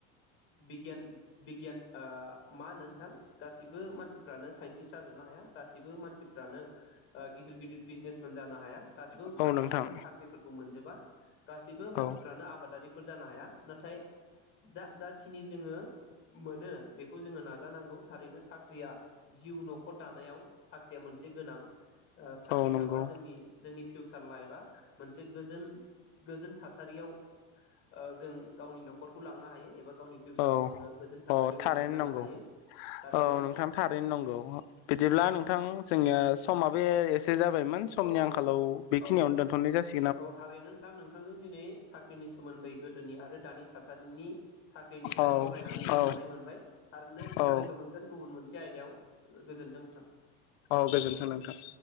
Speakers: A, on the left; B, on the left.
A: बिगियान बिगियान ओ मा होनो नोंथां गासैबो मानसिफ्रानो साइन्टिस जाजोबनो हाया गासैबो मानसिफ्रानो ओ गिदिर गिदिर बिजनेसमेन जानो हाया गासिबो मान
B: औ
A: मानसिफ्रानो
B: नोंथां
A: साख्रिफोरखौ मोनजोब बा गासैबो मानसिफ्रानो
B: औ
A: आबादारि फोर जानो हाया नाथाय जा जा खिनि जोङो मोनो बेखौ जोङो नाजानांगौ थारैनो साख्रिया जिउ न'खर दानायाव साख्रिया मोनसे गोनां साख्रि
B: औ नंगौ
A: थाबा जोंनि जोंनि फिउसार लाइफ बा मोनसे गोजोन गोजोन थासारियाव ओ जों गावनि न'खरखौ लांनो हायो एबा गावनि फिउचारखौ
B: औ
A: जोङो गोजोन थासारियाव
B: औ थारैनो
A: दैदेनलांनो
B: नंगौ
A: हायो थारैनो
B: औ नोंथां थारैनो नंगौ बिदिब्ला नोंथां जोंङो समाबे एसे जाब बायमोन समनि
A: औ
B: आंखालाव बेखिनियावनो
A: औ
B: दोनथ'नाय जासिग
A: औ थारैनो नोंथां नोंथांजों दिनै साख्रि ख्रिनि सोमोन्दै गोदोनि आरो दानि थासारिनि साख्रिनि सायाव
B: औ
A: सावरायनानै
B: औ
A: गोजोननाय मोनबाय थारैनो
B: औ
A: जों लोगो मोनगोन गुबुन मोनसे मोनसे आयदायाव गोजोन्थों नोंथां
B: औ गोजोन्थों नोंथां